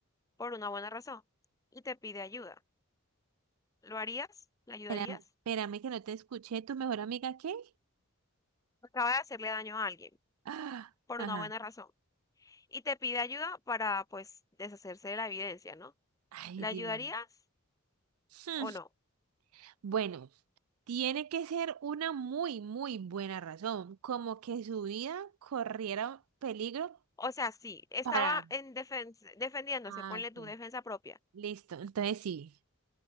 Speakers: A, on the left; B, on the right.
A: por una buena razón y te pide ayuda. ¿Lo harías? ¿La ayudarías?
B: Espérame, espérame que no te escuché. ¿Tu mejor amiga qué? <gasps>
A: Acaba de hacerle daño a alguien
B: Ah,
A: por
B: ajá.
A: una buena razón y te pide ayuda para, pues, deshacerse de la evidencia, ¿no?
B: Ay,
A: ¿La
B: Dios.
A: ayudarías
B: Hmm,
A: o no?
B: Bueno, tiene que ser una muy, muy buena razón, como que su vida corriera peligro
A: O sea, sí, estaba
B: para...
A: en defensa, defendiéndose,
B: Ah,
A: ponle
B: ok,
A: tu defensa propia.
B: Listo, entonces sí.